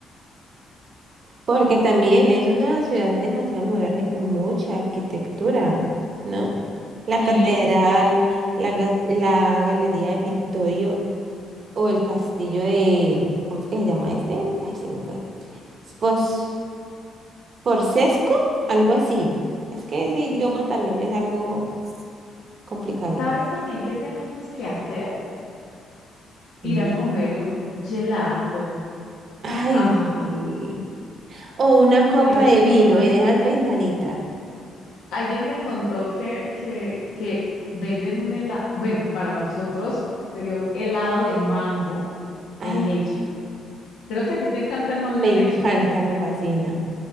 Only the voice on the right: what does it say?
Porque también es
una ciudad demasiado moderna y con mucha arquitectura, ¿no? La
catedral,
la, ga- la galería de Vittorio o el castillo de, ¿cómo es que se llama este? Ay, se me fue. Pos, Porsesco, algo así. Es que ese
idioma también es algo complicado.
Bien.
Ay,
sí. O una copa
de
vino
en esas ventanitas.
Ah,
me
encanta, me
fascina.